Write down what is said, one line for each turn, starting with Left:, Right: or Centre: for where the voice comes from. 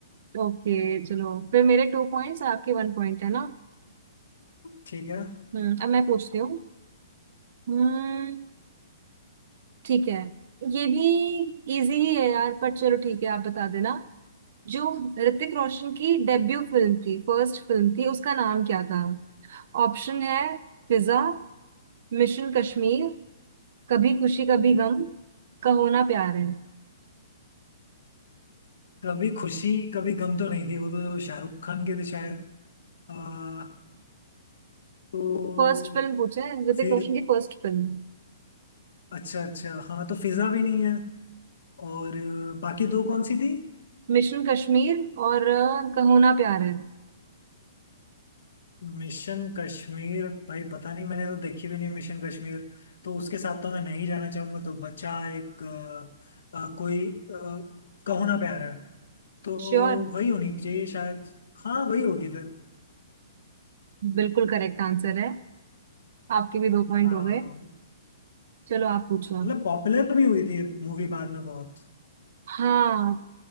Right: ओके चलो फिर मेरे टू पॉइंट्स आपके वन पॉइंट है ना
Left: ठीक है
Right: हम्म अब मैं पूछती हूँ हम्म ठीक है ये भी इजी ही है यार पर चलो ठीक है आप बता देना जो ऋतिक रोशन की डेब्यू फिल्म थी फर्स्ट फिल्म थी उसका नाम क्या था ऑप्शन है फिजा मिशन कश्मीर कभी खुशी कभी गम का होना प्यार है
Left: कभी खुशी कभी गम तो नहीं थी वो तो शाहरुख खान के थे शायद आ, तो
Right: फर्स्ट फिल्म पूछे ऋतिक
Left: फिर
Right: रोशन की फर्स्ट फिल्म
Left: अच्छा अच्छा हाँ तो फिजा भी नहीं है और अ, बाकी दो कौन सी थी
Right: मिशन कश्मीर और अ, का होना प्यार है
Left: मिशन कश्मीर भाई पता नहीं मैंने तो देखी भी नहीं मिशन कश्मीर तो उसके साथ तो मैं नहीं जाना चाहूंगा तो बचा एक अ, अ, कोई आ, कहो ना प्यार है तो
Right: श्योर
Left: वही होनी चाहिए शायद हाँ वही होगी फिर
Right: बिल्कुल करेक्ट आंसर है आपके भी दो पॉइंट
Left: हाँ
Right: हो गए चलो आप पूछो अब
Left: मतलब पॉपुलर भी हुई थी मूवी बाद में बहुत
Right: हाँ